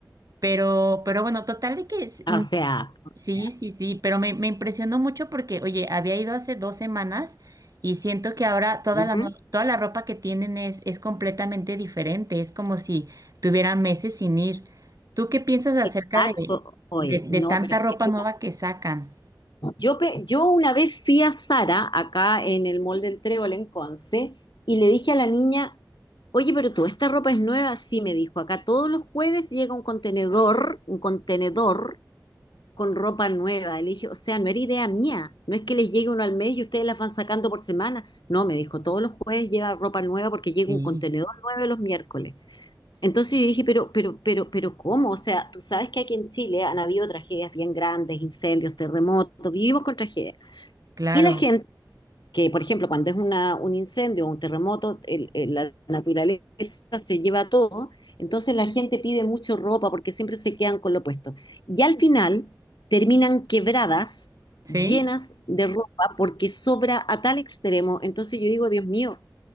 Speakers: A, on the right (about 50°); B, on the left (about 85°).
A: Pero, pero bueno, total de que
B: O sea, o
A: Sí,
B: sea,
A: sí, sí, pero me, me impresionó mucho porque, oye, había ido hace dos semanas y siento que ahora toda
B: ujú,
A: la, nue- toda la ropa que tienen es, es completamente diferente, es como si tuviera meses sin ir. ¿Tú qué piensas acerca
B: Exacto.
A: de,
B: Oye,
A: de, de
B: no,
A: tanta
B: pero
A: ropa
B: es que mira,
A: nueva que sacan?
B: yo, pe- yo una vez fui a Sara, acá en el Mall del Trébol en Conce, y le dije a la niña, oye, pero tú, ¿esta ropa es nueva? Sí, me dijo, acá todos los jueves llega un contenedor, un contenedor con ropa nueva. Y le dije, o sea, no era idea mía. No es que les llegue uno al mes y ustedes las van sacando por semana. No, me dijo, todos los jueves lleva ropa nueva porque llega
A: Sí,
B: un contenedor nuevo los miércoles. Entonces yo dije, pero, pero, pero, pero, ¿cómo? O sea, tú sabes que aquí en Chile han habido tragedias bien grandes, incendios, terremotos, vivimos con tragedias.
A: claro,
B: Y la gente que, por ejemplo, cuando es una, un incendio o un terremoto, el- el- la naturaleza se lleva todo, entonces la gente pide mucho ropa porque siempre se quedan con lo puesto. Y al final terminan quebradas,
A: ¿sí?
B: llenas de ropa porque sobra a tal extremo. Entonces yo digo, Dios mío,